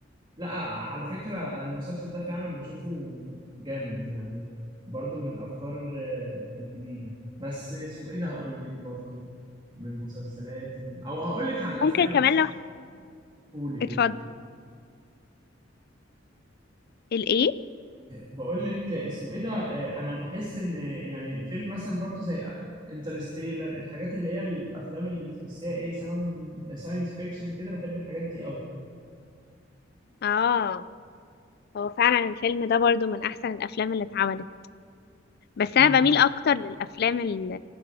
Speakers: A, on the right (about 25°); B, on the left (about 55°).
A: لا آه، آه، على فكره المسلسل ده فعلا بشوفه جامد يعني برضو من الافكار آه، الجديده بس اسمه ايه ده هقول لك برضو من المسلسلات ال- او هقول لك عن الافلام
B: ممكن كمان لو
A: قولي
B: اتفضل
A: قولي
B: الايه
A: بقول لك اسمه ايه ده آه، انا بحس ان يعني فيلم مثلا برضو زي انترستيلر الحاجات اللي هي الافلام اللي تحسيها ايه ساوند ساينس فيكشن كده بحب الحاجات دي قوي
B: اه هو فعلا الفيلم ده برضو من احسن الافلام اللي اتعملت بس
A: مم.
B: انا بميل اكتر للافلام ال-